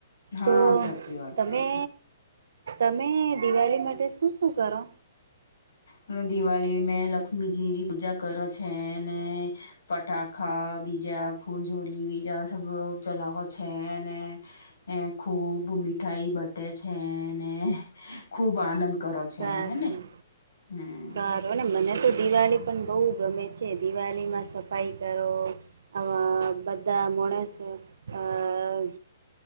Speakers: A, on the left (about 70°); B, on the right (about 65°).
A: હા
B: તો
A: સાચી વાત
B: તમે
A: હે.
B: તમે દિવાળી માટે શું શું કરો?
A: હ દિવાળી મે લક્ષ્મીજીની પૂજા કરો છે અનેને પટાકાા બીજા ફૂલ જોોડી બીજા સ ચલાવો છે ને એ ખૂબ મીઠાઈ બટે છેને, ખૂબ આનંદ કરો. છે
B: સાચું
A: હેને હમ
B: સારું ને મને તો દિવાળી પણ બહુ ગમે છે દિવાળીમાં સફાઈ કરો. આવા બધા મોણસ આ